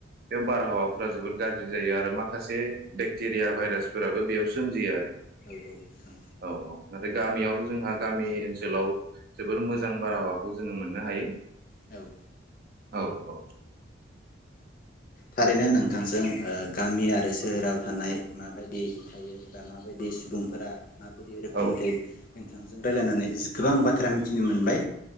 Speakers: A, on the right; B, on the left.
A: बेयाव बारहावा फोर जोबोद गाज्रि जायो आरो माखासे बेक्टेरिया भाइरासफोराबो बेयाव सोमजियो आरो
B: औ नोंथां
A: औ औ नाथाय गामियाव जोंहा गामि ओनसोलाव जोबोर मोजां बारहावाखौ जोङो मोननो हायो
B: उम
A: औ औ
B: थारैनो नोंथांजों गामि आरो सोहोराव थानाय माबायदि थायो एबा माबायदि सुबुंफोरा माबादि रोखोमनि
A: औ
B: जायो रायजलायनानै गोबां बाथ्रा मिथिनो मोनबाय